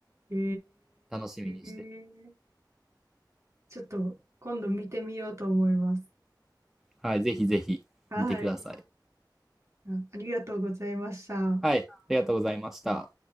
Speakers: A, on the right; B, in the centre.
A: え
B: 楽しみにして、
A: ー、ちょっと今度見てみようと思います。
B: はい、ぜひぜひ見てください。
A: はい。あ、ありがとうございました。
B: はい、ありがとうございました。